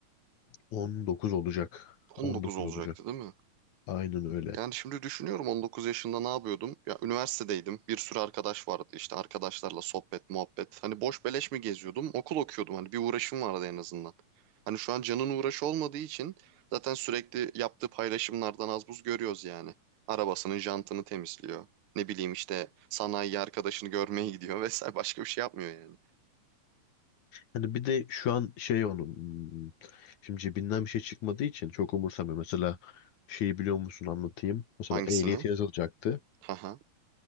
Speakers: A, on the left (about 65°); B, on the right (about 70°).
A: 19 olacak 19
B: 19 olacaktı
A: olacak
B: değil mi?
A: aynen öyle
B: Yani şimdi düşünüyorum 19 yaşında ne yapıyordum? Ya üniversitedeydim. Bir sürü arkadaş vardı. işte arkadaşlarla sohbet, muhabbet. Hani boş beleş mi geziyordum? Okul okuyordum. Hani bir uğraşım vardı en azından. Hani şu an canın uğraşı olmadığı için zaten sürekli yaptığı paylaşımlardan az buz görüyoruz yani. Arabasının jantını temizliyor. Ne bileyim işte sanayi arkadaşını görmeye gidiyor <laughs> vesaire. Başka bir şey yapmıyor yani.
A: hani bir de şu an şey onun hmm, şimdi cebinden bir şey çıkmadığı için çok umursamıyor mesela şeyi biliyor musun anlatayım mesela
B: Hangisini?
A: ehliyet yazılacaktı
B: Haha.